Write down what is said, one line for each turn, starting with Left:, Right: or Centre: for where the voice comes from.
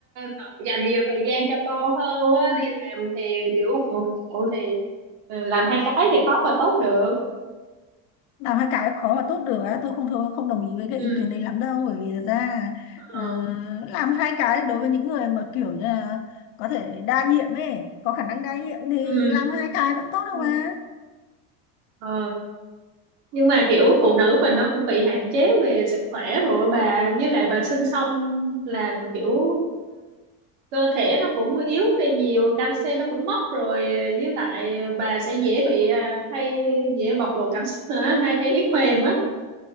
Right: t- dành nhiều thời gian cho con hơn á đi làm thì kiểu bận rộn thì ờ, làm hai cái thì khó mà tốt được
Left: Làm hai cái khó và tốt được á, tôi không thôi không đồng ý với cái
Right: ừ
Left: ý kiến đấy lắm đâu bởi vì thật ra
Right: Ờ,
Left: ờ, làm hai cái đối với những người mà kiểu như là có thể đa nhiệm ấy, có khả năng đa nhiệm thì
Right: ừ.
Left: làm hai cái vẫn tốt đâu
Right: ừ.
Left: mà.
Right: Ờ, nhưng mà kiểu phụ nữ mình nó cũng bị hạn chế về sức khỏe rồi á bà với lại bà sinh xong là kiểu cơ thể nó cũng yếu đi nhiều canxi nó cũng mất rồi ờ, với lại bà sẽ dễ bị ờ, hay dễ bộc lộ cảm xúc nữa hay hay yếu mềm á